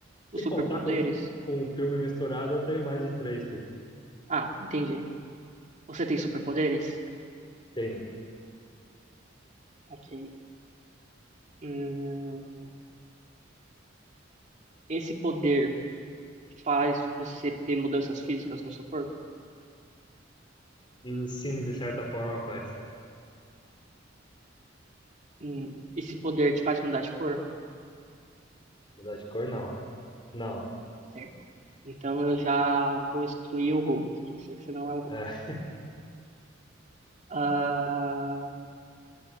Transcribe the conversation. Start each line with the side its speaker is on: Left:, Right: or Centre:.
Right: os
Left: Se contar
Right: superpoderes?
Left: com, com um filme misturado, eu tenho mais de três, sim.
Right: Ah, entendi. Você tem superpoderes?
Left: Tenho.
Right: Ok. Hum, esse poder. faz você ter mudanças físicas no seu corpo.
Left: Hum, Sim, de certa forma, faz.
Right: Hum, Esse poder te faz mudar de cor?
Left: Mudar de cor, não. Não.
Right: Certo. Então eu já vou excluir o Hulk. Já sei que você não é o Hulk.
Left: É. <laughs>
Right: Ah,